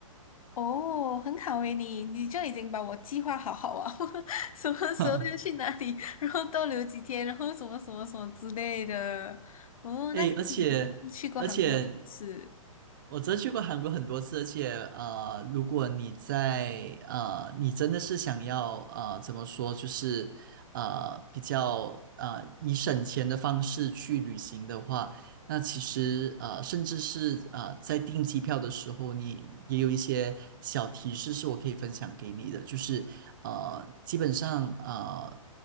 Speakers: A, on the left; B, on the right.
A: 哦，很好诶，你你就已经把我计划好好啊，<laughs> 什么时候要去哪里，
B: <laughs>
A: <laughs> 然后逗留几天，然后什么什么什么之类的。哦，
B: 哎，
A: 那你真是去过韩国很多次。
B: 而且而且我真去过韩国很多次，而且呃，如果你在呃，你真的是想要呃，怎么说，就是呃，比较呃以省钱的方式去旅行的话，那其实呃，甚至是呃，在订机票的时候，你也有一些小提示是我可以分享给你的，就是呃，基本上呃，